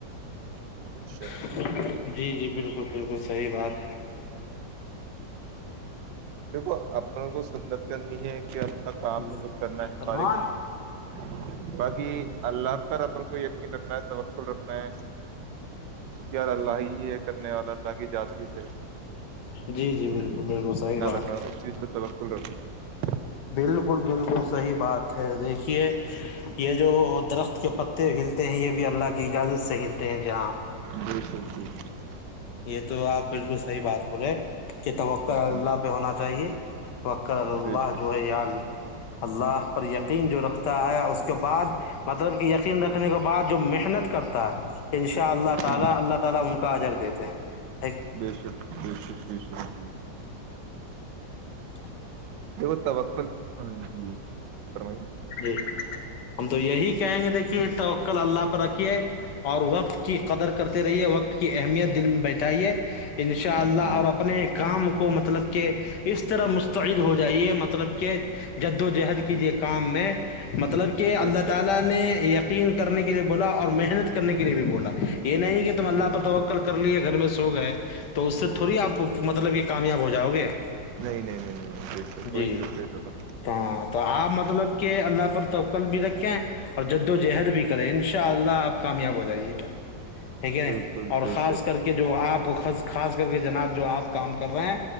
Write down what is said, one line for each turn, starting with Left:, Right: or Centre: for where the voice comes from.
Right: بے شک
Left: <unintelligible> جی جی بالکل بالکل صحیح بات ہے
Right: دیکھو اپنے کو سنت کرنی ہے کہ اپنا کام
Left: جی
Right: ہے جو کرنا ہے
Left: سلمان
Right: فارغ گن ہے باقی اللہ پر اپن کو یقین رکھنا ہے توقل رکھنا ہے کیاار اللہ ہی یہ کرنے اور اللہ کی جذات ہی سے
Left: جی جی بالکل بالکل صح
Right: ہ اس چیز پہ توقل رکھنا ہے
Left: بالکل بالکل صحیح بات ہے دیکھیے یہ جو درخت کے پتے ہلتے ہیں یہ بھی اللہ کی اجازت سے ہلتے ہیں جہاں آپ
Right: بالکر جٹی ج <inaudible>
Left: یہ تو آپ بالکل صحیح بات بولے کہ توقع اللہ
Right: جی
Left: پہ ہونا چاہیے وکر اللہ
Right: بے شک
Left: جو ہے یال اللہ پر یقین جو رکھتا ہے اس کے بعد مطلب کہ یقین رکھنے کے بعد جو محنت کرتا ہے ان شاء اللہ تعالی
Right: جی
Left: اللہ تعالی ان کا حجر دیتا <unintelligible>
Right: بے شک بے شک بے شک ج
Left: ج <inaudible>
Right: جت و ک ہاں ج <inaudible> فرمائی
Left: جی ہم تو یہی کہیں گے دیکھیے یہ توقل اللہ پ رکھیے اور وقت کی قدر کرتے رہیے وقت کی اہمیت دل میں بیٹھائیے شزہ
Right: جی
Left: اور اپنے کام <unintelligible> کو مطلب کہ اس طرح مستعد ہو جائیے مطلب کہ جد وجہد
Right: جی
Left: کییے کام میں مطلب کہ اللہ
Right: بے شک
Left: تعالی نے ین کرنے کے لیے بولا اور محنت کرنے کے لیے بھی بولا یہ نہیں توم اللہ
Right: بالکل
Left: پر توقل کر لے گا گھر میں سو گئے تو اس سے تھوڑی آپ مطلب یہ کامیاب ہو جاؤ گے
Right: نہیں نہیں نہیں نہیں نہیںسے کوئی
Left: جی
Right: نہیں سکتے ایسے تو
Left: ہاں تو آپ مطلب کہ اللہ پر توقل بھی رکھیں اور جد و جہد بھی کریں ان شاء اللہ آپ کامیاب ہو جائیے گا یک ہے
Right: بالکل
Left: ن اور
Right: بے
Left: خاص
Right: شک
Left: کر کے جو آپ تو خاص کر کے جناب جو آپ کام کر رہے ہیں